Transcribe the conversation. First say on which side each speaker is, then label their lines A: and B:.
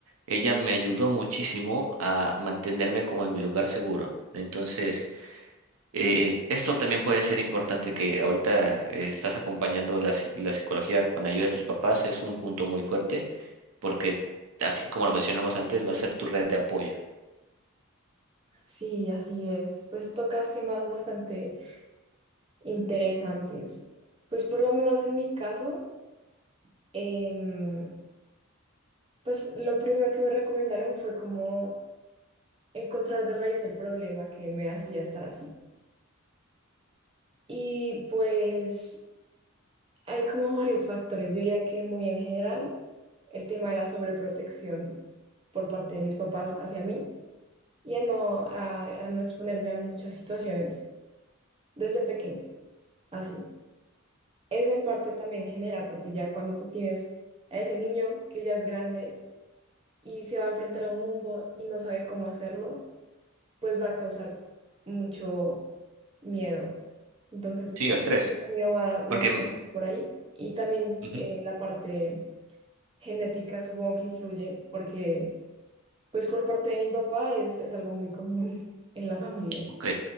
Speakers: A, on the right; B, on the right.
A: ella me ayudó muchísimo a mantenerme como en mi lugar seguro. Entonces, eh, esto también puede ser importante que ahorita eh, estás acompañando la, psi- la psicología con ayuda de tus papás, es un punto muy fuerte porque así como lo mencionamos antes, va a ser tu red de apoyo.
B: Sí, así es. Pues tocas temas bastante interesantes. Pues por lo menos en mi caso, em, pues lo primero que me recomendaron fue como encontrar de raíz el problema que me hacía estar así. Y pues hay como <laughs> varios factores, yo diría que muy en general. el tema de la sobreprotección por parte de mis papás hacia mí y a no, a, a no exponerme a muchas situaciones desde pequeña, así. Eso en parte también genera, porque ya cuando tú tienes a ese niño que ya es grande y se va a enfrentar a un mundo y no sabe cómo hacerlo, pues va a causar mucho miedo. Entonces,
A: Sí, los tres.
B: mío va más
A: Porque...
B: o
A: mm,
B: menos por ahí. Y también
A: ujú,
B: eh, la parte genética supongo que influye porque pues por parte de mi papá es, es algo muy común <laughs> en la familia.
A: Ok,